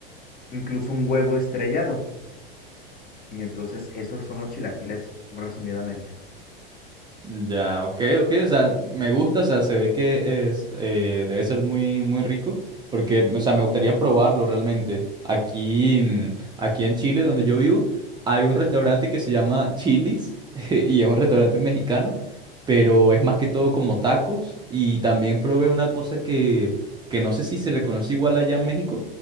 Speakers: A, on the left; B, on the right.
A: incluso un huevo estrellado. Y entonces esos son los chilaquiles resumidamente.
B: Ya, ok, ok, o sea, me gusta, o sea, se ve que es, eh, debe ser muy, muy rico, porque, o sea, me gustaría probarlo realmente. Aquí, mm, aquí en Chile, donde yo vivo, hay un restaurante que se llama Chili's, <laughs> y es un restaurante mexicano, pero es más que todo como tacos, y también probé una cosa que, que no sé si se le conoce igual allá en México,